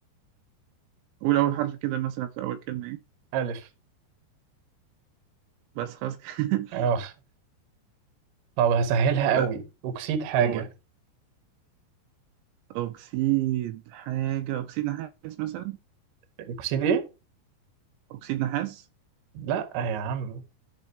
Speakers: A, on the right; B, on the right.
A: قول أول حرف كده مثلا في أول كلمة إيه
B: الف
A: بس خلاص كده. <laughs>
B: اه طب هسهلها قوي
A: لا
B: اكسيد حاجه
A: قول أكسيد حاجة أكسيد نحاس مثلا
B: اكسيد ايه
A: أكسيد نحاس
B: لا يا عم